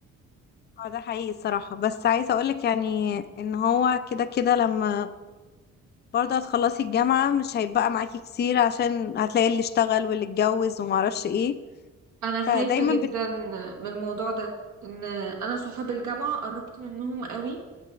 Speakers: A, on the left; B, on the right.
A: اه ده حقيقي الصراحة بس عايزة اقولك يعني ان هو كده كده لما برضه هتخلصي الجامعة مش هيبقى معاكي كتير عشان هتلاقي اللي اشتغل واللي اتجوز ومعرفش ايه
B: انا خايفة
A: فدايما
B: جدا
A: بت...
B: من الموضوع ده ان انا صحاب الجامعة قربت منهم قوي